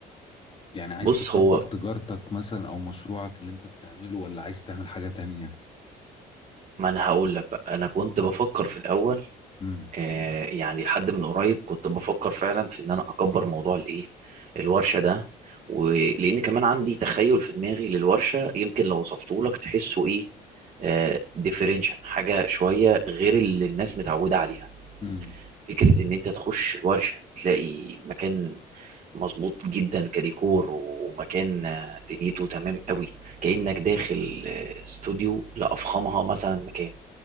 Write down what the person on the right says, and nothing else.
بص
هو
ما انا هقول لك بقى انا كنت بفكر في الاول
آه يعني لحد من قريب كنت بفكر فعلا في ان انا اكبر موضوع الايه الورشة ده ولان كمان عندي تخيل في دماغي للورشة يمكن لو وصفته لك تحسه ايه آه ديفرنشال حاجة شوية غير اللي الناس متعودة عليها
فكرة إن أنت تخش الورشة تلاقي مكان مظبوط جدا كديكور ومكان آه، دنيته تمام قوي كأنك داخل آه، استوديو لأفخمها مثلا مكان